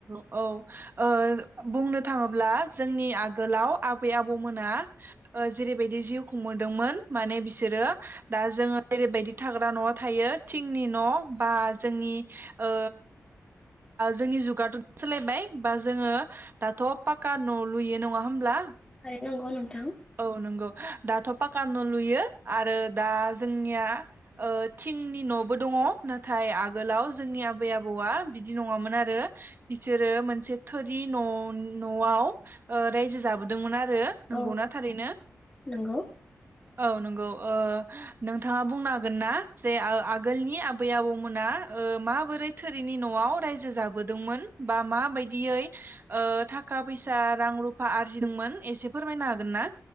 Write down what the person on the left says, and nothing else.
थारैनो नंगौ नोंथां
औ
नंगौ